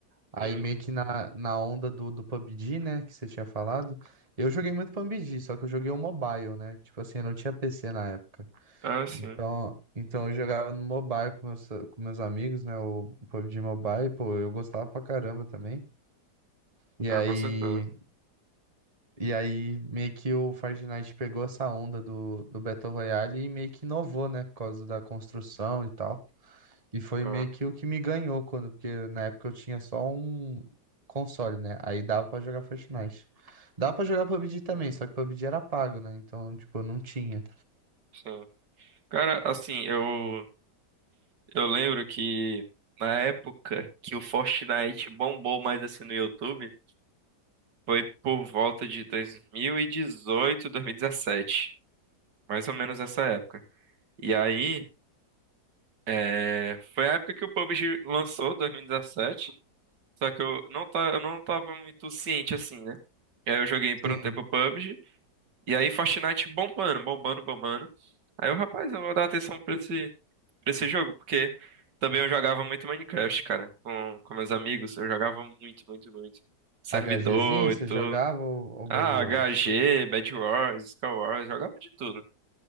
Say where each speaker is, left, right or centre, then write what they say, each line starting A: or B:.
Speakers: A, on the right; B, on the right.
A: Aí,
B: Sim.
A: meio que na, na onda do, do PUBG, né, que você tinha falado. Eu joguei muito PUBG, só que eu joguei o mobile, né, tipo assim, eu não tinha PC na época.
B: Ah, sim.
A: Então, então eu jogava no mobile com meus, com meus amigos, né? O PUBG Mobile, pô, eu gostava pra caramba também. E
B: Ah,
A: aí,
B: com certeza.
A: e aí meio que o Fortnite pegou essa onda do, do Battle Royale e meio que inovou, né? Por causa da construção e tal. E foi
B: Ah,
A: meio que o que me ganhou quando, porque na época eu tinha só um console, né? Aí dava pra jogar Fortnite. Dava pra jogar PUBG também, só que PUBG era pago, né? Então, tipo, eu não tinha.
B: sim. Cara, assim, eu eu lembro que na época que o Fortnite bombou mais assim no YouTube, foi por volta de dois dois mil mil e dezoito dois mil e 2017, mais ou menos essa época. E aí, é, foi a época que o PUBG lançou, 2017. Só que eu não, tá, eu não tava muito ciente assim, né? E aí eu joguei por
A: Sim.
B: um tempo PUBG. E aí Fortnite bombando, bombando, bombando. Aí eu, rapaz, eu vou dar atenção pra esse, pra esse jogo, porque também eu jogava muito Minecraft, cara, com, com meus amigos. Eu jogava muito, muito, muito. Servidor
A: HGzinho,
B: e
A: você
B: tudo.
A: jogava ou, ou Bed
B: Ah,
A: Wars?
B: HG, Bed Wars, Skull Wars, jogava de tudo.